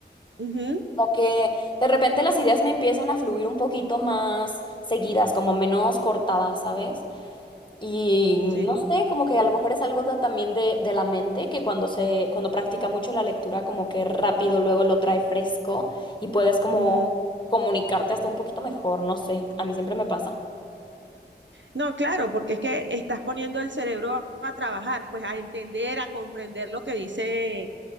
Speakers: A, on the right (about 80°); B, on the left (about 25°).
A: Ujú,
B: Como que de repente las ideas me empiezan a fluir un poquito más seguidas, como menos cortadas, ¿sabes? Y no
A: Sí.
B: sé, como que a lo mejor es algo de- también de, de la mente, que cuando se, cuando practica mucho la lectura, como que rápido luego lo trae fresco y puedes como
A: Mm,
B: comunicarte hasta un poquito mejor, no sé, a mí siempre me pasa.
A: No, claro, porque es que estás poniendo el cerebro a trabajar, pues a entender, a comprender lo que dice,